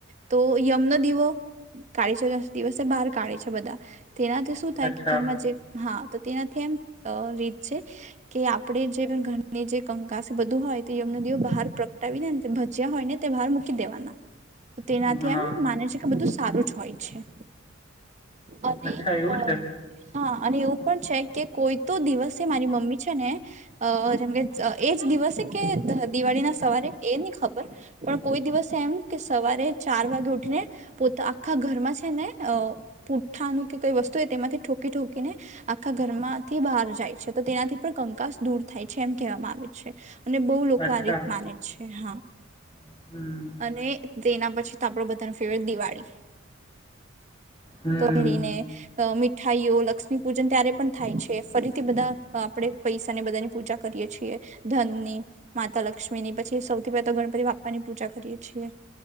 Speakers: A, on the right; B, on the left.
A: તો યમનો દીવો કાઢે છે દિવસે બહાર કાઢે છે બધા તેનાથી શું થાય
B: અચ્છા
A: કે ઘરમાં જે હા તો તેનાથી એમ રીત છે કે આપણે જે ઘરની જે કંકા છે બધું હોય તો એયમનો દેવ બહાર પ્રગટાવી ને ને ભજ્યા હોય ને તે બહાર મુક દેવાના તેનાથી
B: હા
A: એમ માને છે કે બધું સારું જ હોય છે. અને
B: અચ્છા એવું
A: અ
B: છે
A: હા અને એવું પણ છે કે કોઈ તો દિવસે મારી મમ્મી છે ને જેમ કે એજ દિવસે કે દિવાળીના સવારે એ નહી ખબર પણ કોઈ દિવસ એમ કે સવારે ચાર વાગે ઉઠીને પોતા આખા ઘરમાં છે ને અ પુ્ઠાનું કે કઈ વસ્તુ તેમાંથી ઠોકી ઠોકીને આખા ઘરમાંથી બહાર જાય છે તો તેનાથી પણ કંકાસ દૂર થાય છે એમ કહેવામાં આવે છે અને બહુ લોકો
B: અચ્છા
A: આ રીત માને છે. <inaudible>
B: હમ
A: અને તેના પછી આપડો બધા ન ફેવરટ દિવાળી
B: હમ
A: તોરીને મીઠાઈઓ લક્ષ્મી પૂજન ત્યારે પણ થાય છે ફરીથી બધા આપણે પૈસાને બધાની પૂજા કરીએ છીએ ધન ની માતા લક્ષ્મી ની પછી સૌથી પહેલા તો ગણપતિ બાપા ની પૂજા કરીએ છીએ